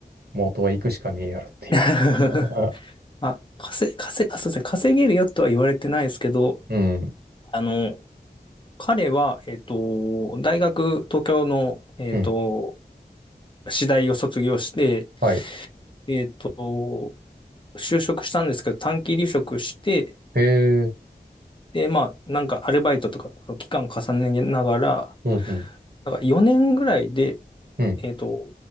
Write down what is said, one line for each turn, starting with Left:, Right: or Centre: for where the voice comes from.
Right: もうあとは行くしかねえやろっていう。
Left: <laughs>
Right: <laughs>
Left: あ、稼、稼、あ、そうですね、稼げるよとは言われてないですけど、
Right: うん、
Left: あの、彼は、えっと、大学、東京の、えっと、
Right: うん。
Left: 私大を卒業して、
Right: はい。
Left: えっと、就職したんですけど、短期離職して、
Right: へえ、
Left: で、まあ、なんかアルバイトとか、期間重ねながら、
Right: うん、うん、
Left: なんか4年ぐらいで、
Right: うん。
Left: えっと、